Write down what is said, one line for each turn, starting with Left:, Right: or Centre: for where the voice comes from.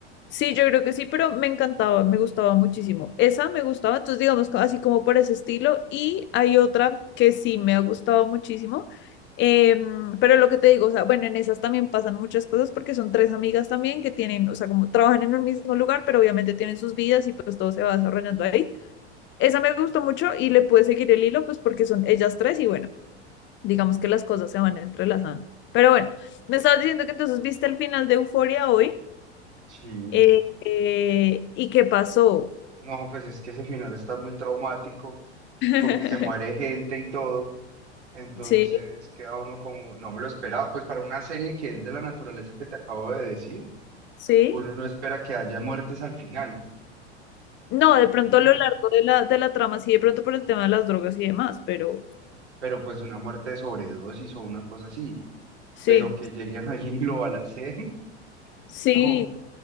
Left: sí, yo creo que sí, pero me encantaba, me gustaba muchísimo. Esa me gustaba, entonces digamos co- así como por ese estilo. Y hay otra que sí me ha gustado muchísimo. em, pero lo que te digo, o sea, bueno, en esas también pasan muchas cosas porque son tres amigas también que tienen, o sea, como trabajan en un mismo lugar, pero obviamente tienen sus vidas y pues todo se va desarrollando ahí. Esa me gustó mucho y le pude seguir el hilo, pues porque son ellas tres y bueno, digamos que las cosas se van entrelazando. Pero bueno, me estabas diciendo que entonces viste el final de Euforia hoy
Right: Sí.
Left: eh, eh, y qué pasó.
Right: No, pues es que ese final está muy traumático
Left: <laughs>
Right: porque se muere gente y todo. Entonces
Left: Sí,
Right: queda uno como, no me lo esperaba. Pues para una serie que es de la naturaleza que te acabo de decir,
Left: sí.
Right: uno no espera que haya muertes al final.
Left: No, de
Right: Y
Left: pronto
Right: no,
Left: a lo largo de la, de la trama, sí, de pronto por el tema de las drogas y demás, pero
Right: pero pues una muerte de sobredosis o una cosa así.
Left: sí,
Right: Pero que lleguen a alguien y lo balacen, <laughs>
Left: sí.
Right: no.